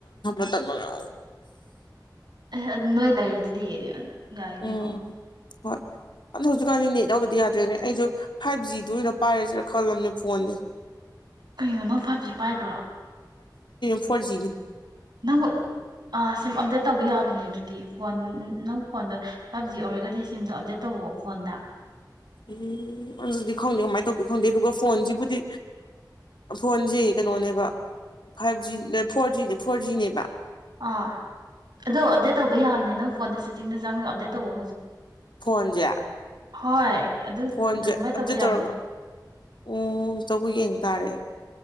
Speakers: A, on the left; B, on the right.
A: ꯊꯃꯉ
B: ꯑꯦ ꯑꯗꯨ ꯅꯣꯏ ꯂꯥꯏꯔꯤꯛꯗꯨꯗꯤ ꯌꯥꯏ
A: ꯎꯝ
B: ꯀꯩꯅꯣ
A: ꯍꯣꯏ ꯑꯗꯣ ꯍꯧꯖꯤꯛꯀꯥꯟꯗꯤ ꯅꯦꯠ ꯌꯥꯎꯗꯗꯤ ꯌꯥꯗ꯭ꯔꯦꯅꯦ ꯑꯩꯁꯨ ꯐꯥꯏꯚ ꯖꯤꯗꯨ ꯑꯣꯏꯅ ꯄꯥꯏꯔꯁꯤꯔꯥ ꯈꯜꯂꯝꯕꯅꯦ ꯐꯣꯟꯗꯤꯦ
B: ꯀꯩꯅꯣꯅꯣ ꯐꯥꯏꯚꯖꯤ ꯄꯥꯏꯕ꯭ꯔꯣ
A: ꯐꯣꯔꯖꯤꯒꯤ
B: ꯅꯪ ꯁꯤꯝ ꯑꯞꯗꯦꯠ ꯇꯧꯕ ꯌꯥꯕꯅꯦ ꯑꯗꯨꯗꯤ ꯐꯣꯟ ꯅꯪ ꯐꯣꯟꯗꯣ ꯐꯥꯏꯚ ꯖꯤ ꯑꯣꯏꯔꯒꯗꯤ ꯁꯤꯝꯗꯣ ꯑꯞꯗꯦꯠ ꯇꯧꯋꯑꯣ ꯐꯣꯟꯗ
A: ꯎꯝ ꯑꯗꯨꯗꯤ ꯈꯪꯗꯦ ꯀꯃꯥꯏꯅ ꯇꯧꯒꯦ ꯈꯪꯗꯦ ꯑꯗꯨꯒ ꯐꯣꯟꯁꯤꯕꯨꯗꯤ ꯐꯣꯟꯁꯤ ꯀꯩꯅꯣꯅꯦꯕ ꯐꯥꯏꯚ ꯖꯤ ꯐꯣꯔꯖꯤ ꯐꯣꯔꯖꯤꯅꯦꯕ
B: ꯑꯥ ꯑꯗꯣ ꯑꯞꯗꯦꯠ ꯇꯧꯕ ꯌꯥꯕꯅꯦ ꯅꯪ ꯐꯣꯟꯗ ꯆ ꯗ ꯆꯥꯡ ꯑꯗꯨꯗ ꯇ ꯍꯣ
A: ꯐꯣꯟꯁꯦ
B: ꯍꯣꯏ ꯑꯗꯨ
A: ꯐꯣꯟꯁꯦ
B: ꯑꯗꯨꯃꯥꯏꯅ
A: ꯑꯝꯇ
B: ꯇꯧꯕ ꯌꯥꯕꯅꯦ
A: ꯇꯧꯔꯒ ꯎꯝ ꯑ ꯇꯧꯕ ꯌꯦꯡ ꯇꯥꯔꯦ